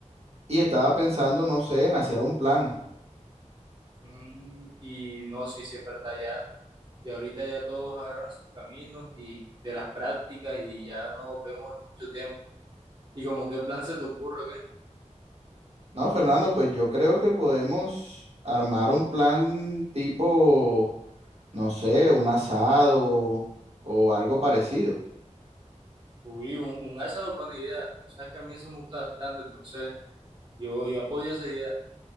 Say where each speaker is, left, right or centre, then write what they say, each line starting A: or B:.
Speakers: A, on the right; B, on the right.
A: Y estaba pensando, no sé, en hacer un plan.
B: Mm, y no, sí, sí, es verdad, ya, ya ahorita ya todos agarran sus caminos y de las prácticas y ya no nos vemos en mucho tiempo. ¿Y como qué plan se te ocurre, o qué?
A: No, Fernando, pues yo creo que podemos armar un plan tipo, no sé, un asado o algo parecido.
B: Uy, un, un asado es buena idea. Sabes que a mí eso me gusta bastante, entonces yo, yo apoyo esa idea.